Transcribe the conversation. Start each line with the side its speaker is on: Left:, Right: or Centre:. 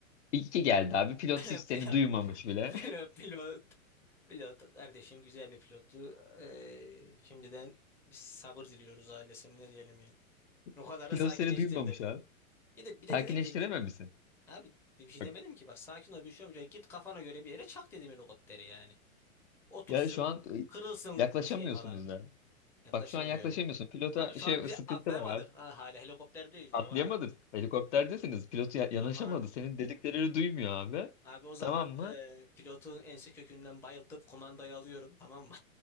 Left: İki geldi abi. Pilot
Centre: <laughs>
Left: hiç seni
Centre: Pilot,
Left: duymamış bile.
Centre: pilot, pilot, pilot kardeşim güzel bir pilottu. E, şimdiden biz sabır diliyoruz ailesine ne diyelim yani. O kadar
Left: <laughs> Pilot
Centre: da sakinleştirdi.
Left: seni duymamış abi.
Centre: Bir de, bir de
Left: Sakinleştirememişsin.
Centre: dedim ki Abi bir şey
Left: Bak
Centre: demedim ki bak sakin ol bir şey olmayacak. Git kafana göre bir yere çak dedim helikopteri yani. Otursun
Left: ya şu an e,
Centre: kırılsın
Left: yaklaşamıyorsunuz
Centre: bu şeye falan.
Left: da.
Centre: Yaklaşamıyor.
Left: Bak şu an yaklaşamıyorsun.
Centre: öyle.
Left: Pilota
Centre: Ha şu
Left: şey
Centre: an bizi
Left: sıkıntı
Centre: atlayamadık.
Left: var abi.
Centre: Ha, hala helikopterdeyiz
Left: Atlayamadın.
Centre: eyvah.
Left: Helikopterdesiniz. Pilot ya- yanaşamadı.
Centre: amanım
Left: Senin dediklerini duymuyor abi.
Centre: abi o
Left: Tamam
Centre: zaman
Left: mı?
Centre: e, pilotun ensi kökünden bayıltıp kumandayı alıyorum tamam mı?